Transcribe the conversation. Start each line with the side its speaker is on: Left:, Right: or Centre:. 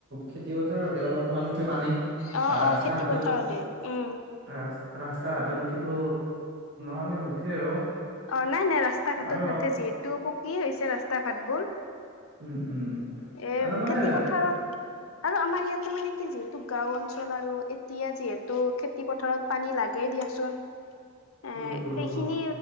Right: খেতি পথাৰতি অলপমানে উঠে পানী।
Left: অঁ
Right: বা ৰাস্তা
Left: অঁ খেতি
Right: ঘাটত
Left: পথাৰতে উম।
Right: ৰা ৰাস্তা ঘাটত উঠিব মানে উঠে আৰু।
Left: অ' নাই নাই ৰাস্তা ঘাটত
Right: আৰু
Left: নুঠে যিহেতু পকী হৈছে ৰাস্তা ঘাটবোৰ।
Right: উম উম
Left: এ
Right: আৰু মানে
Left: খেতি পথাৰত। আৰু আমাৰ ইয়াতে মানে কি যিহেতু গাওঁ অঞ্চল আৰু এতিয়া যিহেতু খেতি পথাৰত পানী লাগেই দিয়াচোন।
Right: <inaudible>
Left: এ
Right: উ
Left: সেইখিনি
Right: হয়